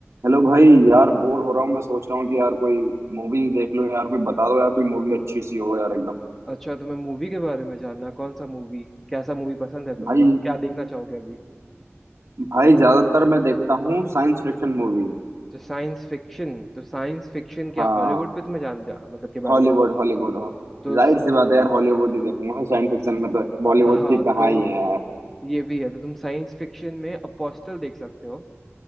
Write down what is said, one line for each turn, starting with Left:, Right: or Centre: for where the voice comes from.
Right: Hello भाई यार bore हो रहा हूँ मैं सोच रहा हूँ कि यार कोई मूवी देख लो यार कोई बता दो यार कोई मूवी अच्छी सी हो यार एकदम
Centre: अच्छा तुम्हें मूवी के बारे में जानना है कौन सा मूवी कैसा मूवी पसंद है तुम्हें
Right: भाई
Centre: मतलब क्या देखना चाहोगे अभी
Right: भाई ज्यादातर मैं देखता हूँ साइंस फिक्शन मूवी
Centre: तो साइंस फिक्शन तो साइंस फिक्शन क्या
Right: हाँ
Centre: हॉलीवुड पे तुम्हें जान जा, मतलब के बारे
Right: हॉलीवुड
Centre: में जान
Right: हॉलीवुड
Centre: तो
Right: जाहिर
Centre: स-
Right: सी बात है यार हॉलीवुड ही देखूंगा साइंस फिक्शन में तो बॉलीवुड
Centre: हाँ
Right: की कहाँ
Centre: तो
Right: ही है
Centre: ये भी है तो तुम साइंस फिक्शन में अपोस्टल देख सकते हो